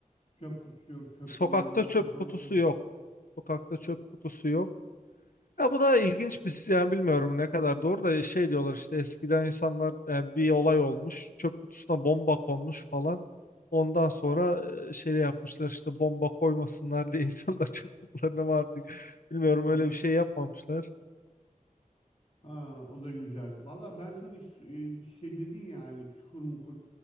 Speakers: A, on the left; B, on the left.
A: çöp kutusu yok, çöpleri
B: Sokakta
A: yanında
B: çöp
A: taşımak
B: kutusu
A: zorunda.
B: yok. Sokakta çöp kutusu yok. Ya bu da ilginç bir yani bilmiyorum ne kadar doğru da şey diyorlar işte eskiden insanlar e, bir olay olmuş çöp kutusuna bomba konmuş falan. Ondan sonra e, şey yapmışlar işte bomba koymasınlar diye <laughs> insanlar çöp kutularına mı artık bilmiyorum
A: O,
B: öyle bir şey yapmamışlar.
A: ha, o da güzel. Valla ben sana iş, e, bir şey dedin yani çukur mukur